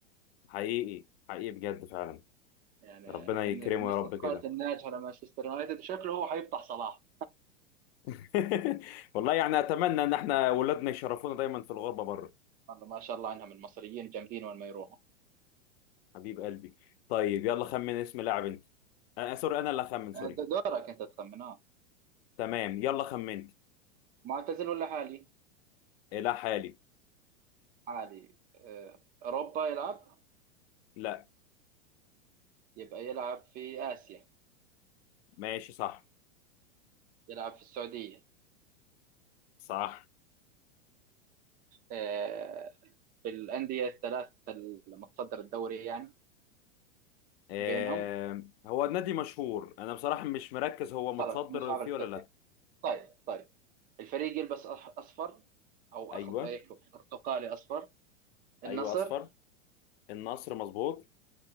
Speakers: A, on the left; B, on the right.
A: حقيقي حقيقي بجد فعلا
B: يعني
A: ربنا
B: من
A: يكرمه
B: من
A: يا
B: الصفقات
A: رب كده
B: الناجحه لمانشستر يونايتد وشكله هو حيفتح صلاح
A: <laughs> والله يعني اتمنى ان احنا ولادنا يشرفونا دايما في الغربه بره
B: والله ما شاء الله عنهم المصريين جامدين وين ما يروحوا
A: حبيب قلبي طيب يلا خمن اسم لاعب انت آه سوري انا اللي اخمن سوري
B: آه، د- دورك انت تخمن اه
A: تمام يلا خمنت
B: معتزل ولا حالي؟
A: آه، لا حالي
B: حالي آه، اوروبا يلعب
A: لا
B: يبقى يلعب في اسيا
A: ماشي صح
B: يلعب في السعوديه
A: صح
B: آه، في الانديه الثلاث المتصدر الدوري يعني
A: آه
B: بينهم
A: هو النادي مشهور انا بصراحه مش مركز هو
B: خلاص
A: متصدر
B: مش عارف
A: فيه
B: الترتيب
A: ولا لا
B: طيب طيب الفريق يلبس أح- اصفر او
A: ايوه
B: أخ... أيكو برتقالي اصفر النصر
A: ايوه اصفر النصر مظبوط